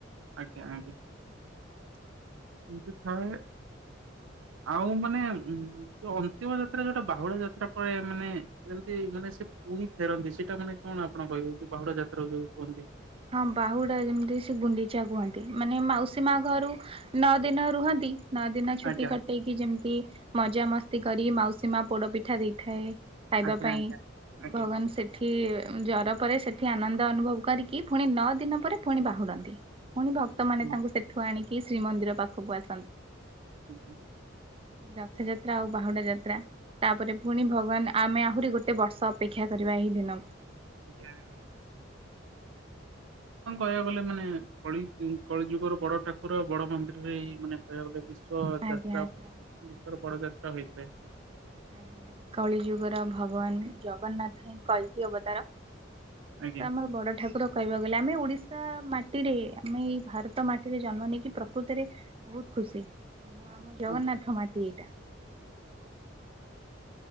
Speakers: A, on the right; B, on the right.
A: ଆଜ୍ଞା ଆଜ୍ଞା କିନ୍ତୁ ଥାଏ। ଆଉ ମାନେ ଯୋଉ ଅନ୍ତିମ ଯାତ୍ରା ଯୋଉଟା ବାହୁଡ଼ା ଯାତ୍ରା ପରେ ମାନେ ଯେମତି ମାନେ ସେ ପୁଣି ଫେରନ୍ତି ସେଇଟା ମାନେ କଣ ଆପଣ କହିବେ ଯୋଉ ବାହୁଡା ଯାତ୍ରା ଯୋଉ କୁହନ୍ତି?
B: ହଁ ବାହୁଡା ଯେମିତି ସେ ଗୁଣ୍ଡିଚା କୁହନ୍ତି ମାନେ ମାଉସୀ ମା ଘରୁ ନଅ ଦିନ ରୁହନ୍ତି। ନଅ ଦିନ ଛୁଟି
A: ଆଜ୍ଞା
B: କଟେଇକି ଯେମିତି ମଜା ମସ୍ତି କରି ମାଉସୀ ମା ପୋଡ ପିଠା ଦେଇଥାଏ। ଖାଇବା
A: ଆଜ୍ଞା
B: ପାଇଁ
A: ଆଜ୍ଞା ଆଜ୍ଞା
B: ଭଗବାନ ସେଠି ଜର ପରେ ସେଠି ଆନନ୍ଦ ଅନୁଭବ କରିକି ଫୁଣି ନଅ ଦିନ ପରେ ଫୁଣି ବାହୁଡନ୍ତି ପୁଣି ଭକ୍ତମାନେ
A: ହଁ
B: ତାଙ୍କୁ ସେଠ ଠୁ ଆଣିକି ଶ୍ରୀମନ୍ଦିର ପାଖକୁ ଆସନ୍ତି।
A: <unintelligible>
B: ରଥଯାତ୍ରା ଆଉ ବାହୁଡା ଯାତ୍ରା। ତାପରେ ପୁଣି ଭଗବାନ ଆମେ ଆହୁରି ଗୋଟେ ବର୍ଷ ଅପେକ୍ଷା କରିବା ଏହି ଦିନକୁ।
A: ଆଜ୍ଞା ଆଜ୍ଞା। କଣ କହିବାକୁ ଗଲେ ମାନେ କଳି କଳି ଯୁଗର ବଡ ଠାକୁର ଆଉ ବଡ ମନ୍ଦିରରେ ଏଇ ମାନେ ଗୋଟେ ବିଶ୍ଵ ଯାତ୍ରା
B: ଆଜ୍ଞା ଆଜ୍ଞା।
A: ବିଶ୍ଵର ବଡ ଯାତ୍ରା ହୋଇଥାଏ।
B: ଆଜ୍ଞା କଳି ଯୁଗର ଭଗବାନ ଜଗନ୍ନାଥ ହଁ କଳ୍କୀ ଅବତାର। ତ
A: ଆଜ୍ଞା ଆଜ୍ଞା।
B: ଆମର ବଡ ଠାକୁର କହିବାକୁ ଗଲେ ଆମେ ଓଡିଶା ମାଟିରେ ଆମେ ଏଇ ଭାରତ ମା ଟି ରେ ଜନ୍ମ ନେଇକି ପ୍ରକୃତରେ ବହୁତ ଖୁସି କାରଣ ଆମ ଜଗନ୍ନାଥ
A: ଆଜ୍ଞା।
B: ମାଟି ଏଇଟା।
A: <inaudible>